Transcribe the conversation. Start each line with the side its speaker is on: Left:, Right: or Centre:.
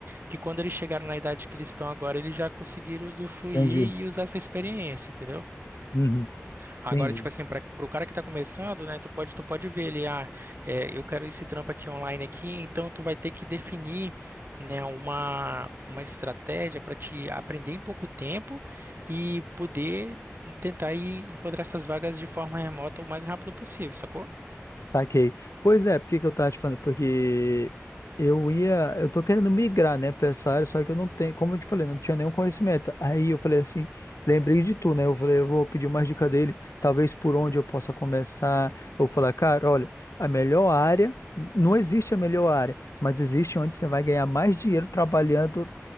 Right: que quando eles chegaram na idade que eles estão agora, eles já conseguiram usufruir
Left: Entendi.
Right: e usar essa experiência, entendeu?
Left: Uhum,
Right: Agora,
Left: entendi.
Right: tipo assim, para o cara que tá começando, né, tu pode, tu pode ver ele, ah, é, eu quero esse trampo aqui online aqui, então tu vai ter que definir, né, uma, uma estratégia para te aprender em pouco tempo e poder tentar ir encontrar essas vagas de forma remota o mais rápido possível, sacou?
Left: Saquei. Pois é, por que que eu tava te falando? Porque eu ia, eu tô querendo migrar, né, pra essa área, só que eu não tenho, como eu te falei, não tinha nenhum conhecimento. Aí eu falei assim, lembrei de tu, né? Eu falei, eu vou pedir uma dica dele, talvez por onde eu possa começar. Eu falar, cara, olha, a melhor área, não existe a melhor área, mas existe onde você vai ganhar mais dinheiro trabalhando